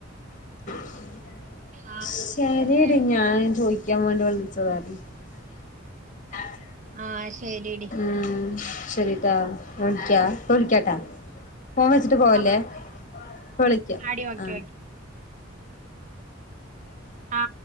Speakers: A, on the left; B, on the right.
A: <inaudible>
B: ആ
A: ശരിയടി
B: അതന്നെ
A: ഞാൻ ചോയ്ക്കാം വാണ്ടി വ്ൾച്ചതാര്നു <inaudible>
B: ആ ശെരിടി
A: ഊം. ശരി ട്ടാ വിൾക്യാ പ്പ വിൾക്ക്യാട്ടാ <unintelligible> ച്ട്ട് പോവല്ലേ.
B: ആ
A: പ്പ ളിക്ക
B: ആടി ഓക്കെ
A: ആ
B: ഓക്കെ
A: <inaudible>
B: ആ